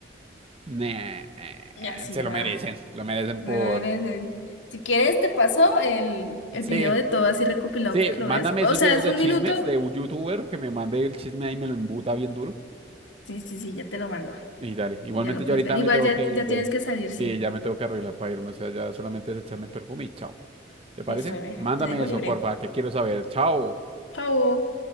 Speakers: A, on the right; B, on the left.
A: Nah, eh,
B: Y así
A: se lo
B: va.
A: merecen, lo merecen
B: Bueno,
A: por...
B: eres, eh, si quieres te paso el, el
A: Sí,
B: video de todo así recopilado
A: sí,
B: porque lo
A: mándame
B: ves. O
A: esos
B: sea,
A: videos
B: es
A: de
B: un
A: chismes
B: minuto.
A: de un youtuber que me mande el chisme ahí y me lo embuta bien duro.
B: Sí, sí, sí, ya te lo mando.
A: Y dale, igualmente
B: Ya lo puedes
A: yo ahorita
B: ver. Igual
A: me tengo
B: ya,
A: que...
B: ya tienes que salir, sí.
A: Sí, ya me tengo que arreglar para irme, o sea, ya solamente es echarme perfume y chao. ¿Te parece?
B: Listo, bebé.
A: Mándame
B: Te dejo
A: eso,
B: libre.
A: porfa, que quiero saber. Chao.
B: Chao.